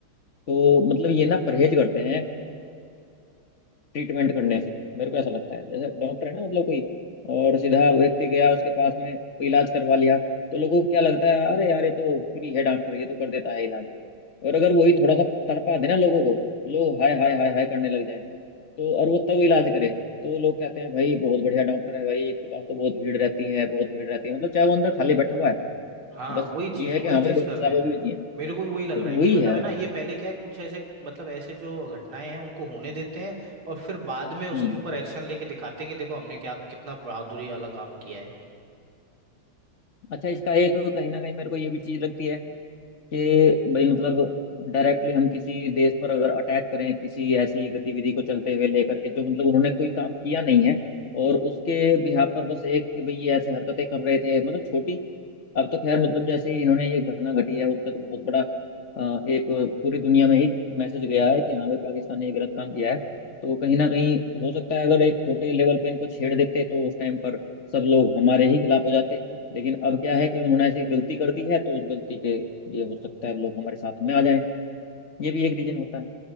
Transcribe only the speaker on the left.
तो मतलब ये ना परहेज करते हैं ट्रीटमेंट करने से मेरे को ऐसा लगता है जैसे डॉक्टर है ना मतलब कोई और सीधा व्यक्ति गया उसके पास में कोई इलाज करवा लिया तो लोगों को क्या लगता है अरे यार ये तो फ्री है डॉक्टर ये तो कर देता है इलाज और अगर वही थोड़ा सा तड़पा देना लोगों को लोग हाय हाय हाय हाय करने लग जाए तो और वो तब इलाज करे तो लोग कहते हैं भाई बहुत बढ़िया डॉक्टर है भाई इसके पास तो बहुत भीड़ रहती है बहुत भीड़ रहती है मतलब चाहे वो अंदर खाली बैठा हुआ है
बस
ये है कि
हाँ
भाई डॉक्टर
साहब
अभी बिजी हैं
तो
वही
है
हम्म
अच्छा इसका एक कहीं ना कहीं मेरे को ये भी चीज लगती है कि भाई मतलब डायरेक्टली हम किसी देश पर अगर अटैक करें किसी ऐसी गतिविधि को चलते हुए लेकर के जो मतलब उन्होंने कोई काम किया नहीं है और उसके बिहाफ पर बस एक कि भाई ये ऐसे हरकतें कर रहे थे मतलब छोटी अब तो खैर मतलब जैसे ही इन्होंने ये घटना घटी है उससे तो बहुत बड़ा अ, एक पूरी दुनिया में ही मैसेज गया है कि हाँ भाई पाकिस्तान ने ये गलत काम किया है तो कहीं ना कहीं हो सकता है अगर एक छोटे लेवल पे इनको छेड़ देते तो उस टाइम पर सब लोग हमारे ही खिलाफ हो जाते लेकिन अब क्या है कि उन्होंने ऐसी गलती कर दी है तो उस गलती के ये हो सकता है लोग हमारे साथ में आ जाएं ये भी एक रीजन होता है